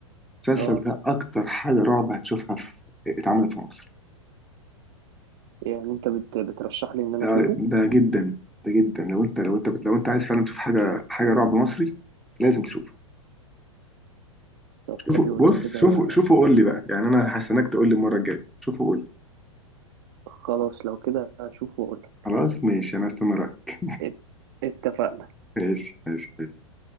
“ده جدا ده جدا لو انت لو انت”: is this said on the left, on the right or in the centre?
Centre